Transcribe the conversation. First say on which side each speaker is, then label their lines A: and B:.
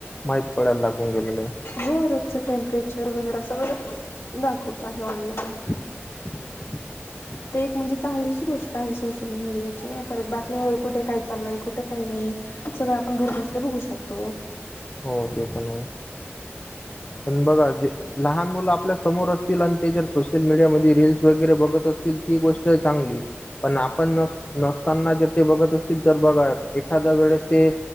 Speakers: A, on the left; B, on the left.
A: माहित पडायला लागून गेलेलं आहे.
B: हो, रोजचं टेम्परेचर वगैरे सगळं दाखवत आहे ऑनलाईन.
A: <unintelligible>
B: ते एक म्हणजे चांगलीच गोष्ट आहे सोशल मीडियाची, परत बातम्यावर कुठे काय चाललंय कुठे काय नाही सगळं आपण घरी बसल्या बघू शकतो.
A: हो ते पण पण बघा ते लहान मुलं आपल्या समोर असतील आणि ते जर सोशल मीडिया मधे रील्स वगैरे बघत असतील ती गोष्ट चांगलीये पण आपण नस नसताना जर ते बघत असतील तर बघा एखादा वेळेस ते